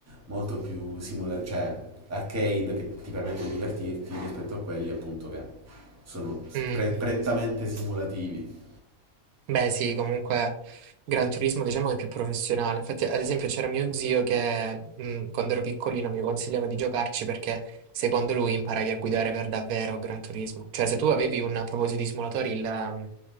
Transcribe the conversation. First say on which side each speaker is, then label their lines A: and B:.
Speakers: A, on the right (about 15°); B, on the right (about 85°).
A: molto più simula- cioè arcade che ti permettono di divertirti rispetto a quelli appunto che sono
B: Mh.
A: pre- prettamente simulativi.
B: Beh sì, comunque Gran Turismo diciamo che è più professionale. Infatti, ad esempio, c'era mio zio che, mhmm, quando ero piccolino mi consigliava di giocarci perché secondo lui imparavi a guidare per davvero a Gran Turismo. Cioè, se tu avevi un a proposito di simulatori, il, mhmm,